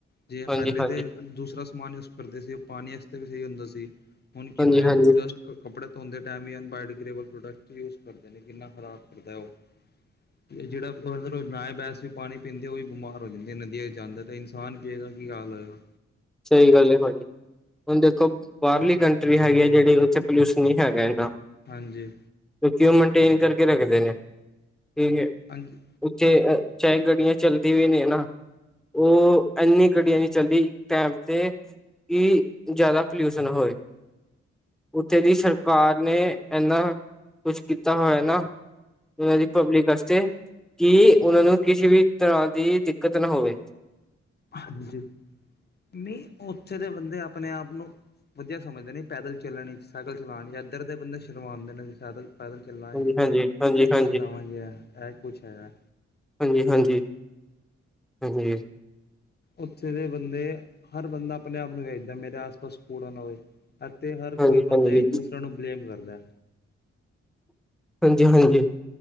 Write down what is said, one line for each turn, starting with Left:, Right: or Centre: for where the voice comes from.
Left: ਜਿਵੇ
Centre: ਹਾਂਜੀ
Left: ਪਹਿਲੇ
Centre: ਹਾਂਜੀ
Left: ਤੇ ਦੂਸਰਾ ਸਮਾਨ ਯੂਜ ਕਰਦੇ ਸੀ, ਉਹ ਪਾਣੀ ਵਾਸਤੇ ਵੀ ਸਹੀ ਹੁੰਦਾ ਸੀ। ਹੁਣ ਕਿੰਨਾ
Centre: ਹਾਂਜੀ ਹਾਂਜੀ
Left: ਡਸਟ ਕਪੜੇ ਧੋਂਦੇ ਟਾਈਮ ਹੀ ਐਨਬਾਇਓੋਗ੍ਰੇਬਲ ਪ੍ਰੋਡਕਟ ਯੂਜ ਕਰਦੇ ਨੇ ਕਿੰਨਾ। ਖਰਾਬ ਕਰਦਾ ਉਹ ਤੇ ਜਿਹੜਾ ਉਹ ਰੋਜ ਰੋਜ ਬਣਾਏ ਬੈਸਟ। ਤੁਸੀਂ ਪਾਣੀ ਪੀਂਦੇ ਹੋ ਉਹ ਵੀ ਬਿਮਾਰ ਹੋ ਜਾਂਦੇ ਨੇ ਨਦੀਆਂ 'ਚ ਜਾਂਦਾ ਤਾਂ ਇਨਸਾਨ ਪੀਏਗਾ ਕੀ ਹਾਲ ਹੋਏਗਾ।
Centre: ਸਹੀ ਗੱਲ ਹੈ ਭਾਜੀ। ਹੁਣ ਦੇਖੋ ਬਾਹਰਲੀ ਕੰਟਰੀ ਹੈਗੀ ਆ ਜਿਹੜੀ ਉੱਥੇ ਪੋਲਿਊਸ਼ਨ ਨਹੀਂ ਹੈਗਾ ਇਨਾ।
Left: ਹਾਂਜੀ।
Centre: ਕਿਉਂ ਉਹ ਮੇਨਟੇਨ ਕਰਕੇ ਰੱਖਦੇ ਨੇ, ਠੀਕ ਹੈ।
Left: ਹਾਂਜੀ।
Centre: ਉੱਥੇ ਚਾਹੇ ਗੱਡੀਆਂ ਚੱਲਦੀਆਂ ਵੀ ਨੇ ਨਾ, ਉਹ ਇਨੀ ਗੱਡੀਆਂ ਨਹੀਂ ਚੱਲਦੀਆ। ਟਾਈਮ ਤੇ ਵੀ ਜ਼ਿਆਦਾ ਪੋਲਿਊਸ਼ਨ ਹੋਏ। ਉੱਥੇ ਦੀ ਸਰਕਾਰ ਨੇ ਇਨਾ ਕੁਛ ਕੀਤਾ ਹੋਇਆ ਨਾ। ਉਹਨਾਂ ਦੀ ਪਬਲਿਕ ਵਾਸਤੇ ਕਿ ਉਹਨਾਂ ਨੂੰ ਕਿਸੇ ਵੀ ਤਰ੍ਹਾਂ ਦੀ ਦਿੱਕਤ ਨਾ ਹੋਵੇ।
Left: ਹਾਂਜੀ, ਨਹੀਂ ਉੱਥੇ ਦੇ ਬੰਦੇ ਆਪਣੇ ਆਪ ਨੂੰ। ਵਧੀਆ ਸਮਝਦੇ ਨੇ ਪੈਦਲ ਚੱਲਣ ਸਾਈਕਲ ਵਿੱਚ ਚਲਾਉਣ ਜਾਂ, ਇੱਧਰ ਦੇ ਬੰਦੇ ਸ਼ਰਮਾਉਂਦੇ ਨੇ। ਸਾਈਕਲ ਪੈਦਲ ਚੱਲਾਂਗੇ
Centre: ਹਾਂਜੀ ਹਾਂਜੀ ਹਾਂਜੀ
Left: ਸਾਈਕਲ
Centre: ਹਾਂਜੀ
Left: ਚਲਾਵਾਂਗੇ ਇਹ ਕੁਛ ਹੈਗਾ।
Centre: ਹਾਂਜੀ, ਹਾਂਜੀ, ਹਾਂਜੀ।
Left: ਉੱਥੇ ਦੇ ਬੰਦੇ ਹਰ ਬੰਦਾ ਆਪਣੇ ਆਪ ਨੂੰ ਵੇਖਦਾ ਏ ਮੇਰੇ ਆਸ ਪਾਸ ਕੂੜਾ ਨਾ ਹੋਵੇ। ਅਤੇ ਹਰ
Centre: ਹਾਂਜੀ
Left: ਕੋਈ ਬੰਦਾ
Centre: ਹਾਂਜੀ ਹਾਂਜੀ
Left: ਇੱਕ ਦੂਸਰਾ ਨੂੰ ਬਲੇਮ ਕਰਦਾ।
Centre: ਹਾਂਜੀ ਹਾਂਜੀ।